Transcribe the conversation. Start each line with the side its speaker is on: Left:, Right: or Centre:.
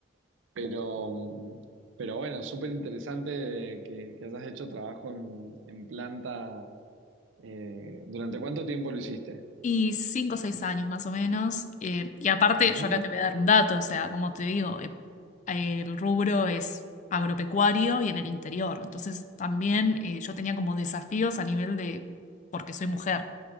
Right: Pero, mm, pero bueno, súper interesante que, que hayas hecho trabajo en, en planta. eh, ¿durante cuánto tiempo lo hiciste?
Left: Y cinco o seis años más o menos. Eh, y aparte,
Right: Ujú.
Left: yo acá te voy a dar un dato, o sea, como te digo, eh, el rubro es agropecuario y en el interior. Entonces, también eh, yo tenía como desafíos a nivel de, porque soy mujer,